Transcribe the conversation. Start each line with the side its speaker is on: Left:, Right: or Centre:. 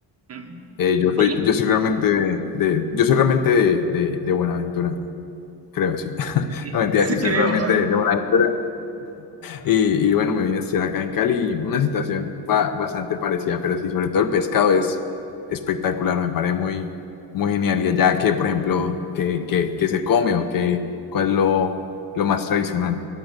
Right: Mm,
Left: eh, yo soy,
Right: ¿Sí?
Left: yo soy realmente de, de- yo soy realmente de, de de Buenaventura, creo, sí.
Right: Sí,
Left: No, mentira,
Right: <laughs>
Left: sí, soy
Right: creo.
Left: realmente de Buenaventura. Y, y bueno, me vine a estudiar acá en Cali. Una situación ba- bastante parecida, pero sí, sobre todo el pescado es espectacular. Me parece muy, muy genial. Y allá, qué por ejemplo, que, que, que se come o que, cuál es lo, lo más tradicional?